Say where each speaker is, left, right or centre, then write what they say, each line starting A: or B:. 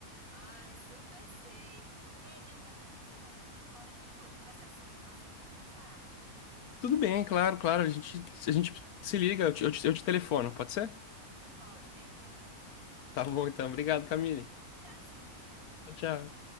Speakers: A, on the right; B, on the left.
A: Ai, super sei. Ei, Daniel, tô me chamando aqui fora. A gente pode conversar esse assunto mais tarde?
B: Tudo bem, claro, claro. A gente, a gente se liga, eu te, eu te, eu te telefono, pode ser?
A: Pode, perfeito.
B: Tá bom, então. Obrigado, Camille.
A: Tchauzinho.
B: Tchau, tchau.